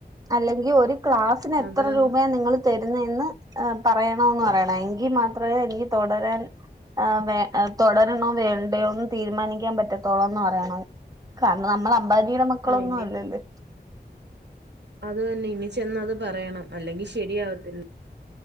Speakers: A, on the right (about 20°); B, on the right (about 80°).
A: അല്ലെങ്കിൽ ഒരു ക്ലാസിന് എത്ര
B: അതാ
A: രൂപയാ നിങ്ങൾ തരു നെന്ന് പറയണം എന്നു പറയണം എങ്കിൽ മാത്രമേ എനിക്ക് തുടരാൻ വേ തുടരണ വേണോ വേണ്ടയോന്ന് തീരുമാനിക്കാൻ പറ്റത്തുള്ളൂന്ന് പറയണം കാരണം നമ്മള് അമ്പാനിയുടെ മക്കളൊന്നും
B: ആ ഇനി
A: അല്ലല്ലോ?
B: അതു തന്നെ ഇനി ചെന്ന് അത് പറയണം. അല്ലെങ്കിൽ ശരിയാവത്തില്ല.